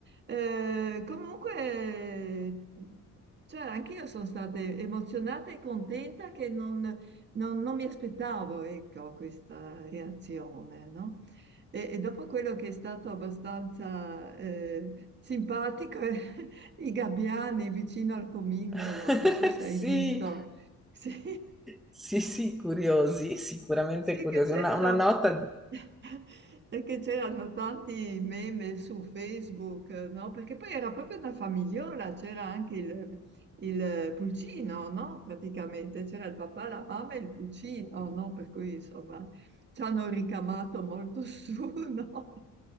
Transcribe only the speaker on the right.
Eh, comunque, cioè, anche io sono stata emozionata e contenta che non, non- non mi aspettavo, ecco, questa reazione, no? E, e dopo quello che è stato abbastanza eh, simpatico, <laughs> i gabbiani vicino al comignolo,
non so se
hai visto, <laughs> sì.
Sì,
che c'erano
<laughs> Perché c'erano tanti meme su Facebook, no? Perché poi era proprio una famigliola, c'era anche il, il pulcino, no? Praticamente c'era il papà, la mamma e il pulcino, no? Per cui insomma ci hanno ricamato molto su, <laughs> no?